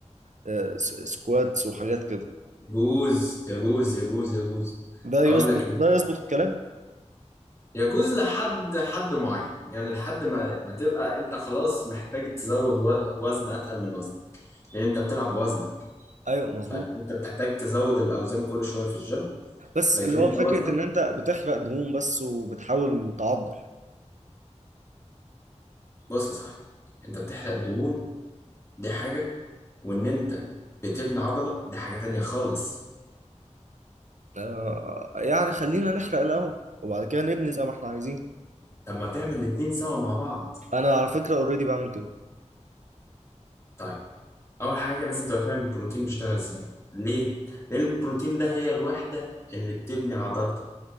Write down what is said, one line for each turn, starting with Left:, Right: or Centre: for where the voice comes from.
Right: آه، س- سكواتس وحاجات كده
Left: يجوز يجوز يجوز يجوز
Right: ده يظبط
Left: هقول لك ليه
Right: ده يظبط الكلام
Left: يجوز لحد حد معين يعني لحد ما ما تبقى انت خلاص محتاج تزود و- وزن اتقل من وزنك لان انت بتلعب بوزنك
Right: ايوه مظبوط
Left: فانت بتحتاج تزود الاوزان كل شويه في الجيم
Right: بس
Left: لكن
Right: اللي
Left: انت
Right: هو فكره
Left: وزنك
Right: ان انت بتحرق دهون بس وبتحاول تعضل
Left: بص يا صاحبي انت بتحرق دهون دي حاجه وان انت بتبني عضله دي حاجه تانية خالص
Right: آه، يعني خلينا نحرق الاول وبعد كده نبني زي ما احنا عايزين
Left: طب ما تعمل الاتنين سوا مع بعض
Right: انا على فكره اوريدي بعمل كده
Left: طيب اول حاجه لازم تبقى فاهم البروتين بيشتغل ازاي ليه لان البروتين ده هي الوحده اللي بتبني عضلتك